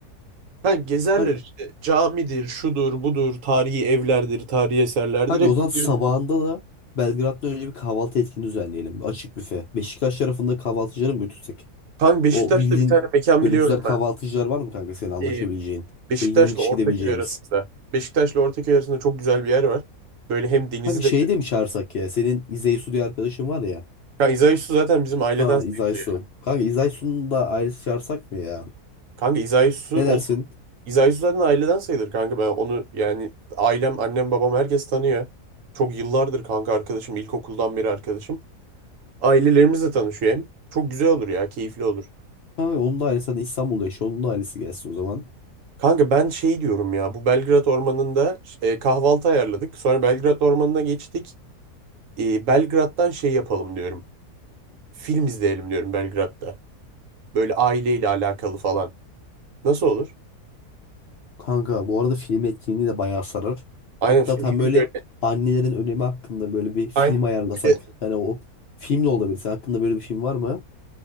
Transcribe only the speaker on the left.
Kanka,
kanka
o zaman sabahında
da Belgrad'da önce bir kahvaltı etkinliği düzenleyelim. Açık büfe. Beşiktaş tarafında kahvaltıcıları mı götürsek?
O bildiğin
böyle
güzel kahvaltıcılar
var mı kanka senin anlaşabileceğin?
Böyle 20 kişi
gidebileceğimiz.
Kanka şeyi
de mi çağırsak ya? Senin İzey Su diye arkadaşın var ya.
Ha
İzay Su.
Kanka İzay Su'nun da ailesi çağırsak mı ya?
Ne
dersin?
Kanka onun da ailesi zaten İstanbul'da yaşıyor. Onun da ailesi gelsin o zaman.
Kanka bu arada film etkinliği de bayağı sarar.
Hatta
tam
böyle
annelerin önemi hakkında böyle bir film
ayarlasak.
Hani o film de olabilir. Senin hakkında böyle bir film var mı?